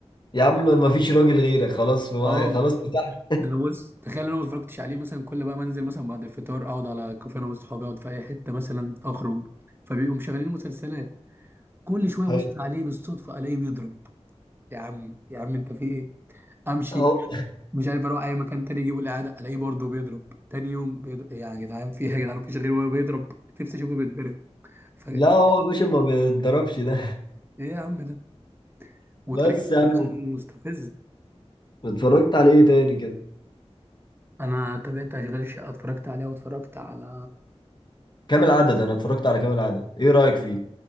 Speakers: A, on the left; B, on the right.
A: يا عم ما فيش راجل غيرك خلاص
B: اه
A: خلاص ارتحت
B: ده أنا بص تخيل انا ما اتفرجتش عليه مثلا كل بقى منزل مثلا بعد الفطار اقعد على كافيه انا واصحابي اقعد في اي حته مثلا اخرج فبيبقوا مشغلين مسلسلات كل شويه
A: <laughs>
B: ابص عليه بالصدفه الاقيه بيضرب يا عم يا عم انت في ايه امشي
A: حلو.
B: مش عارف اروح اي مكان تاني اجيبه الاعاده الاقيه برضه بيضرب تاني يوم بيضرب إيه يا جدعان في ايه يا جدعان مفيش غير وهو بيضرب نفسي اشوفه بيتضرب ف... <laughs> ايه
A: لا هو يا باشا ما بيتضربش ده
B: يا عم ده
A: <laughs>
B: وطريقه
A: بس يا
B: كلامه
A: عم
B: مستفزه
A: اتفرجت على ايه تاني كده
B: انا تابعت اشغال الشقه اتفرجت عليها واتفرجت على
A: كامل عدد انا اتفرجت على كامل عدد ايه رأيك فيه